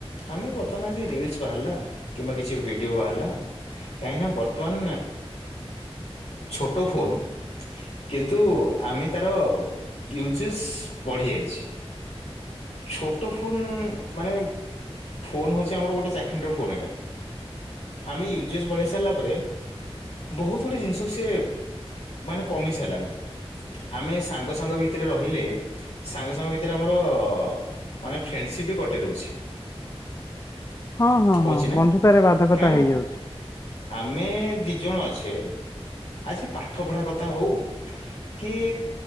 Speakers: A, on the left; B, on the left.
A: ଆମେ ବର୍ତ୍ତମାନ ଆଜି ରିଲସ ବାହାରିଲା କିମ୍ବା କିଛି ଭିଡିଓ ବାହାରିଲା। କାହିଁ ନା ବର୍ତ୍ତମାନ ଛୋଟ ଫୋନ କିନ୍ତୁ ଆମେ ତାର ୟୁଜେଜ ବଢି ଯାଇଛି। ଛୋ ତ ଫୋନ ମାନେ ଫୋନ ହଉଚି ଆମର ଗୋଟେ ଚାଖେଣ୍ଡର ଫୋନ ଏଇଟା। ଆମେ ୟୁଜଏସ୍ ବଢେଇ ସାରିଲା ପରେ। ବହୁତ ଗୁଡ଼ିଏ ଜିନିଷକୁ ସି ମାନେ କମି ସାରିଲାଣି ଆମେ ସାଙ୍ଗସଙ୍ଗ ଭିତରେ ରହିଲେ ସାଙ୍ଗସଙ୍ଗ ଭିତରେ ଆମର ମାନେ ଫ୍ରେଣ୍ଡସିପ୍ ବି କଟେଇ ଦେଉଛି
B: ହଁ ହଁ
A: ହଉଛି
B: ହଁ
A: ନା
B: ବନ୍ଧୁତାରେ ବାଧକତା
A: କାହିଁକି ନା
B: ହେଇଯାଉଛି।
A: ଆମେ ଦି ଜଣ ଅଛେ ଆଜି ପାଠ ପଢା କଥା ହଉ କି